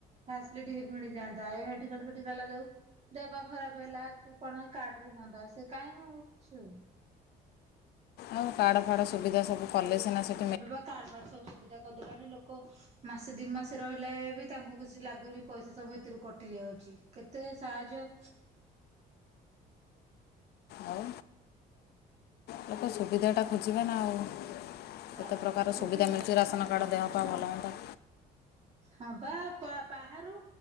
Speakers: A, on the right; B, on the left.
A: ଫାସିଲିଟି ମିଳିଯାନ୍ତା ଏଡିକାଲ ଫେତିକଲ ଜାଉ ଦେବା ପା ଖରାପ ହେଲା କି କଣ କାର୍ଡ ରେ ହୁଅନ୍ତା ସେ କାହିଁକି ଆଉ କିଛି ହଉନି।
B: ଆଉ କାର୍ଡ ଫାଡ଼ ସୁବିଧା ସବୁ କଲେ ସିନା ସେଠା
A: ଏବେ ବା କାଡ଼ ଫାଡ଼ ସବୁ ସୁବିଧା କରିଦେଲାଣି ଲୋକ ମାସେ ଦି ମାସେ ରହିଲେ ବି ତାଙ୍କୁ କିଛି ଲାଗୁନି ପଇସା ସବୁ ଏଥିରୁ କଟି ଯାଉଛି କେ ତେ ସାହାଯ୍ୟ
B: ଆଉ। ଲୋକ ସୁବିଧାଟା ଖୋଜିବେ ନା ଆଉ
A: କାହିଁ
B: କେତେ ପ୍ରକାର
A: କୋଉଠିରେ
B: ସୁବିଧା ମିଳୁଛି ରାସନ
A: କିଛି
B: କାର୍ଡ଼
A: ନାହିଁ
B: ଦେହ ପା ଭଲ ମନ୍ଦ।
A: ହଁ ବା ବାହାରୁ